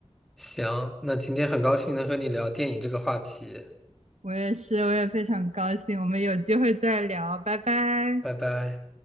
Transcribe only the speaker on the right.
<laughs> 我也是，我也非常高兴，我们有机会再聊，拜拜。